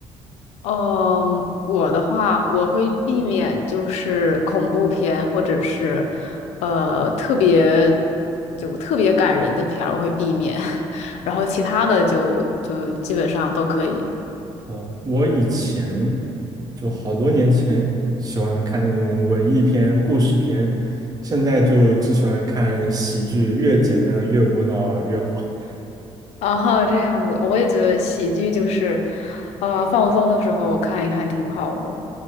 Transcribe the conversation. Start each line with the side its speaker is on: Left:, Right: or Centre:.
Left: 嗯，我的话，我会避免就是恐怖片或者是呃特别就特别感人的片儿，我会避免，<laughs> 然后其他的就就基本上都可以。
Right: 哦，我以前就好多年前喜欢看那种文艺片、故事片，现在就只喜欢看喜剧，越简单越无脑越好。<laughs>
Left: <laughs> 啊，这样子，我也觉得喜剧就是，呃，放松的时候看一看挺好的。